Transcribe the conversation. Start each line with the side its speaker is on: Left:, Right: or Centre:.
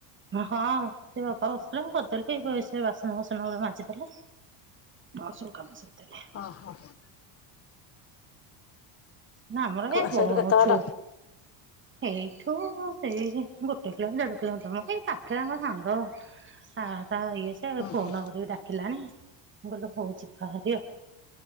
Right: ହଁ ସେ ବାପା ବସିଥିଲେ ମୁଁ କରିଦେଲି ସେ ବାସନ ଫାସନ ଗୁଡ଼ା ମାଜି ଦେଲି ଦେଲା ମୋର ସବୁ କାମ ସାରିଦେଲି।
Left: ଓ ହୋ ।
Right: ନା ଆମର
Left: କ
Right: ଏଇ
Left: ସେଇଠୁ କେତେ
Right: ଅଛୁ
Left: ବାଟ
Right: ଏଇଠୁ ସେଇ ଗୋଟେ କିଲୋମିଟର ଦେଢ କିଲୋମିଟର ମ ଏଇ ପାଖ ରେ ଆମ ସାଙ୍ଗ ଆ ତା ଇଏ ସେ
Left: ଓହୋ
Right: ଫୋନ କରିକି ଡାକିଲାଣି ମୁଁ କହିଲି ହଉ ବାହାରି ଆଉ